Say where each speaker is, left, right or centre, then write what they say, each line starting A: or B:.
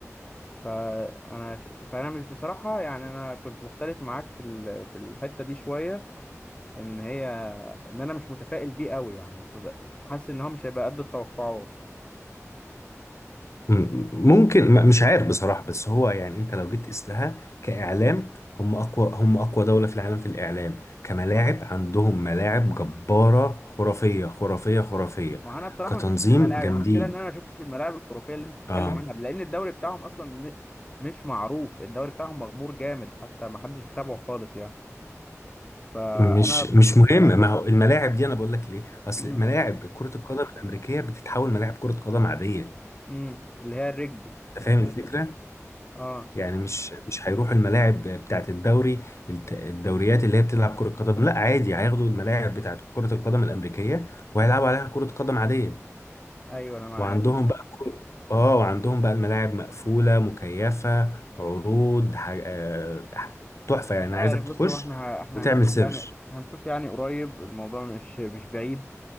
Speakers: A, on the left; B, on the left.
A: فانا ش- فانا مش بصراحه يعني انا كنت مختلف معاك في ال- في الحته دي شويه ان هي ان انا مش متفائل بيه قوي يعني مش مت- حاسس ان هو مش هيبقى قد التوقعات
B: مم، ممكن م- مش عارف بصراحه بس هو يعني انت لو جيت قستها كاعلام هم اقوى هم اقوى دوله في العالم في الاعلام كملاعب عندهم ملاعب جباره خرافيه خرافيه خرافيه
A: ما انا بصراحه
B: كتنظيم
A: ما شفتش الملاعب
B: جامدين
A: المشكله ان انا ما شفتش الملاعب الخرافيه اللي انت بتتكلم
B: اه
A: عنها لان الدوري بتاعهم اصلا م- مش معروف الدوري بتاعهم مغمور جامد حتى ما حدش بيتابعه خالص يعني فانا
B: مش مش مهم ما هو الملاعب دي انا بقول لك ليه اصل
A: مم.
B: ملاعب كرة القدم الامريكية بتتحول ملاعب كرة قدم عادية
A: مم. اللي هي الرجبي
B: انت فاهم الفكرة
A: اه
B: يعني مش مش هيروحوا الملاعب بتاعت الدوري الت- الدوريات اللي هي بتلعب كرة قدم لا عادي هياخدوا الملاعب بتاعت كرة القدم الامريكية وهيلعبوا عليها كرة قدم عادية
A: ايوه انا معاك
B: وعندهم بقى كل... اه وعندهم بقى الملاعب مقفولة مكيفة عروض ح... آه، ح- تحفة
A: مش
B: يعني
A: عارف
B: عايزك
A: بص
B: تخش
A: هو احنا ه- احنا
B: وتعمل
A: هنشوف
B: سيرش
A: يعني هنشوف يعني قريب الموضوع مش مش بعيد